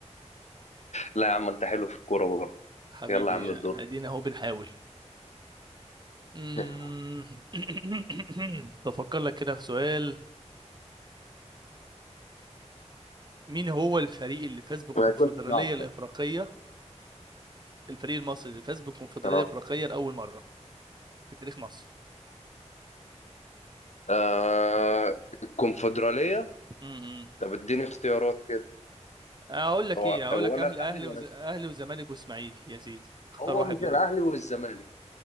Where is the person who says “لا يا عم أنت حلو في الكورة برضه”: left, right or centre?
Left